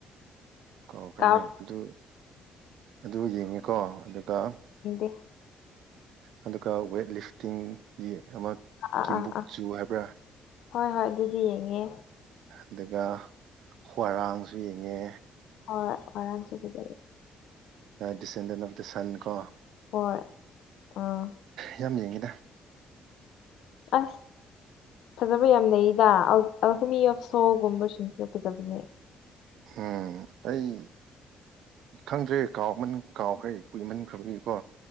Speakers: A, on the right; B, on the left.
A: ꯀꯧ ꯑꯩꯈꯣꯏꯅꯦ
B: ꯀꯥꯎꯔꯦ
A: ꯑꯗꯨ ꯑꯗꯨ ꯌꯦꯡꯉꯤꯀꯣ ꯑꯗꯨꯒ
B: ꯌꯦꯡꯗꯦ
A: ꯑꯗꯨꯒ ꯋꯦꯠ ꯂꯤꯐꯇꯤꯡꯒꯤ ꯑꯃ
B: ꯑꯥ
A: ꯀꯤꯝꯕꯨꯛꯆꯨ
B: ꯑꯥ ꯑꯥ ꯑꯥ
A: ꯍꯥꯏꯕ꯭ꯔꯥ
B: ꯍꯣꯏ ꯍꯣꯏ ꯑꯗꯨꯗꯤ ꯌꯦꯡꯉꯦ
A: ꯑꯗꯨꯒ ꯍ꯭ꯋꯥꯔꯥꯡꯁꯨ ꯌꯦꯡꯉꯦ
B: ꯍꯣꯏ ꯍꯔꯥꯡ ꯐꯖꯕꯅꯤ
A: ꯗꯤꯁꯦꯟꯗꯔ ꯑꯣꯐ ꯗ ꯁꯟ ꯀꯣ
B: ꯍꯣꯏ ꯑꯥ
A: ꯌꯥꯝ ꯌꯦꯡꯉꯤꯗ꯫
B: ꯑꯁ ꯐꯖꯕ ꯌꯥꯝꯅꯩꯗ ꯑꯜꯍꯃꯤ ꯌꯞꯁꯣꯒꯨꯝꯕꯁꯤꯡꯁꯤꯅ ꯐꯖꯕꯅꯦ꯫
A: ꯎꯝ ꯑꯩ ꯈꯪꯗ꯭ꯔꯦ ꯀꯥꯎꯃꯟ ꯀꯥꯎꯈ꯭ꯔꯦ ꯀꯨꯏꯃꯟꯈ꯭ꯔꯕꯒꯤ ꯀꯣ